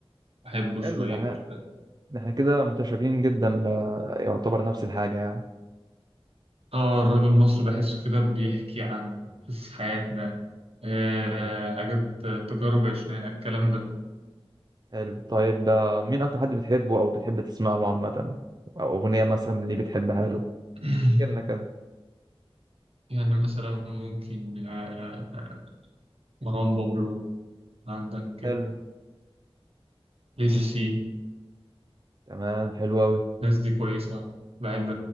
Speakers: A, on the right; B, on the right.
A: بحبه
B: حلو
A: شوية
B: ده احنا
A: والراب-
B: ده إحنا كده متشابهين جدا ل... يعتبر نفس الحاجه يعني
A: اه الراب المصري بحسه كده بيحكي عن قصص حياتنا آه،
B: ايوه
A: حاجات آه، تجارب عشناها الكلام ده
B: حلو طيب آه، مين اكتر حد بتحبه او بتحب تسمع له عامه او اغنيه مثلا اللي بتحبها له
A: <clears throat>
B: احكي لنا كده
A: يعني مثلا ممكن آه، آه، مروان بابلو عندك
B: حلو
A: ليجيسي
B: تمام حلو قوي
A: الناس دي كويسة بحب